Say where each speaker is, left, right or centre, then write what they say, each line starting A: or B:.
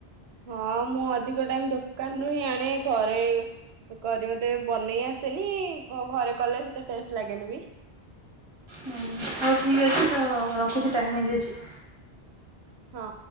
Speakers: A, on the right; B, on the right.
A: ହଁ ମୁଁ ଅଧିକ ଟାଇମ ଦୋକାନରୁ ହିଁ ଆଣେ ଘରେ କରି ମତେ ବନେଇ ଆସେନି କଉ ଘରେ କଲେ ସେତେ ଟେଷ୍ଟ ଲାଗେନି ବି।
B: ହୁଁ ହଉ ଠିକ୍ ଅଛି ତ ମୁଁ ରଖୁଚି ଟାଇମ ହେଇଯାଇଚି।
A: ହଁ।